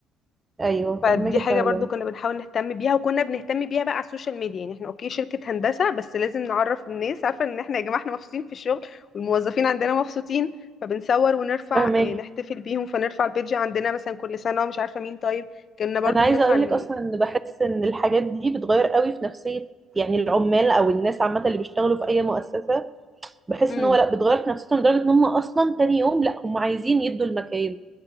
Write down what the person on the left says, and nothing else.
فدي
حاجة
برضو كنا بنحاول نهتم بيها وكنا بنهتم بيها بقى على السوشيال ميديا يعني احنا اوكي شركة هندسة بس لازم نعرف الناس عارفة ان احنا يا جماعة احنا مبسوطين في الشغل والموظفين عندنا مبسوطين فبنصور ونرفع
اه، نحتفل بيهم فنرفع البيج عندنا مثلا كل سنة ومش عارفة مين طيب كنا برضو
بنرفع
ن-
امم